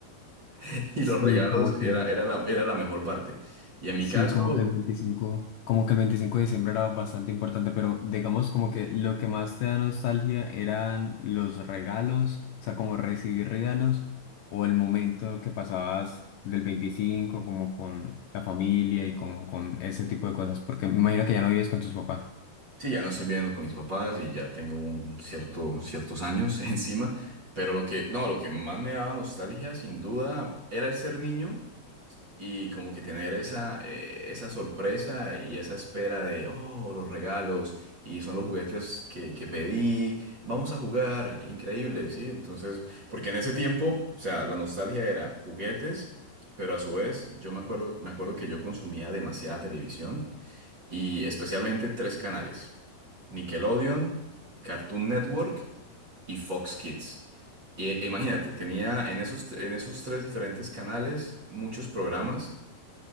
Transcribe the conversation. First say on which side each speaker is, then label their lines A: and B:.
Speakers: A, on the right; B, on the left.
A: <laughs> y
B: sí,
A: los regalos
B: como
A: era,
B: que
A: era la, era la mejor parte. Y en mi
B: Sí,
A: caso,
B: como que el veinticinco como que el veinticinco de diciembre era bastante importante, pero digamos como que lo que más te da nostalgia eran los regalos, o sea, como recibir regalos o el momento que pasabas del 25 como con la familia y como con ese tipo de cosas, porque me imagino que ya no vives con tus papás.
A: Sí, ya no estoy viviendo con mis papás y ya tengo un cierto, ciertos años <laughs> encima, pero lo que, no, lo que más me daba nostalgia, sin duda, era el ser niño y como que tener esa, eh, esa sorpresa y esa espera de, oh, los regalos y son los juguetes que, que pedí, vamos a jugar, increíble, ¿sí? Entonces, porque en ese tiempo, o sea, la nostalgia era juguetes, pero a su vez, yo me acuerdo, me acuerdo que yo consumía demasiada televisión y especialmente tres canales, Nickelodeon, Cartoon Network y Fox Kids. Y, e- imagínate, tenía en esos, en esos tres diferentes canales muchos programas